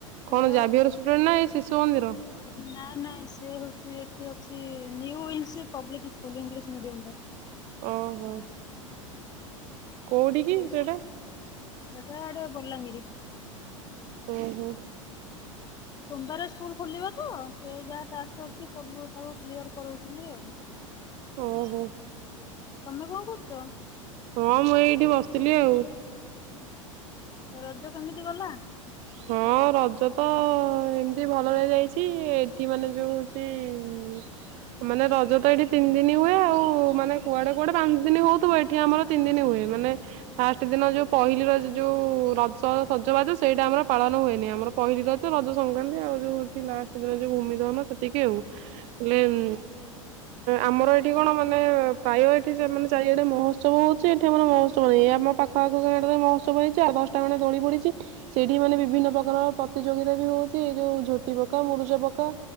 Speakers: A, on the left; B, on the right.
A: ତାର
B: କଣ ଜାଭିଅର ଷ୍ଟୁଡେଣ୍ଟ ନା ଏଇ ଶିଶୁ ମନ୍ଦିର?
A: ନା ନାଇଁ ସେ ହୋଉଚି ଏଠି ଅଛି ନିଉ ଇଂନସି ପବ୍ଲିକ ସ୍କୁଲ ଇଙ୍ଗିଲିସ୍ ମିଡିୟମଟା।
B: ଓ ହୋ। କୋଉଠି କି
A: ଏଇ ସୋ
B: ସେଟା?
A: ଏଟା ଆଡେ ବଲାଙ୍ଗିରି।
B: ଓହୋ।
A: ସୋମବାରେ ସ୍କୁଲ ଖୋଲିବତ। ସେ ଯାହା ଟାକ୍ସ ଅଛି ସବୁ ତାକୁ କ୍ଲିୟର କରୋଉଥିଲି ଆଉ।
B: ଓହୋ।
A: ତମେ କଣ କରୁଚ?
B: ହଁ ମୁଁ ଏଇଠି ବସିଥିଲି ଆଉ।
A: ରଜ କେମିତି ଗଲା?
B: ହଁ ରଜ ତ ଏମିତି ଭଲରେ ଯାଇଚି ଏଠି ମାନେ ଯୋଉ ହୋଉଚି ହୁଁ। ମାନେ ରଜ ତ ଏଠି ତିନି ଦିନ ହୁଏ ଆଉ ମାନେ କୁଆଡେ କୁଆଡେ ପାଞ୍ଚ ଦିନ ହୋଉଥିବ ଏଠି ଆମର ତିନି ଦିନ ହୁଏ। ମାନେ ଫାଷ୍ଟ ଦିନ ଯୋଉ ପହିଲି ର ଯୋଉ ରଜ ସଜବାଜ ସେଇଟା ଆମର ପାଳନ ହୁଏନି ଆମର ପହିଲି ରଜ, ରଜ ସଂକ୍ରାନ୍ତି ଆଉ ଯୋଉ ହୋଉଚି ଲାଷ୍ଟ ଦିନ ଯୋଉ ଭୂମି ଦହନ ସେତିକି ଆଉ। <unintelligible> ବୋଲେ ଉଁ ଆମର ଏଠି କଣ ମାନେ ପ୍ରାୟ ଏଠି ସେମାନେ ଚାରିଆଡେ ମହୋତ୍ସବ ହୋଉଚି ଏଠି ମାନେ ମହୋତ୍ସବ ନାଁଇ। ଏଇ ଆମ ପାଖ ଆଖ ଗାଁ ଟାରେ ମହୋତ୍ସବ ହେଇଚି ଆଠ ଦଶଟା ଖଣ୍ଡେ ଦୋଳି ପଡିଚି ସେଇ ଠି ମାନେ ବିଭିନ୍ନ ପ୍ରକାର ପ୍ରତିଯୋଗିତା ବି ହୋଉଚି ଏଇ ଯୋଉ ଝୋଟି ପକା ମରୁଜ ପକା